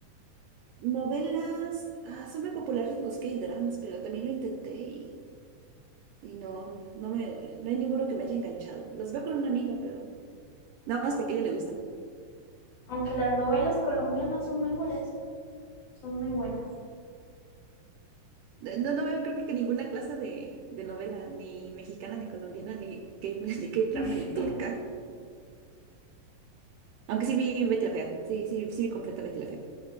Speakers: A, on the right; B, on the left.
A: Novelas, ah, son muy populares los K-dramas, pero también lo intenté y, y no, no me, no hay ninguno que me haya enganchado. Los veo con una amiga, pero nada más porque a ella le gustan.
B: aunque las novelas colombianas son mejores. son muy buenas.
A: Eh, No, no veo creo que ninguna clase de, de novela, ni mexicana, ni colombiana, ni K, <laughs> ni K-drama,
B: <laughs>
A: ni turca. Aunque sí vi Betty la Fea. Sí, sí, sí vi completa Betty la Fea.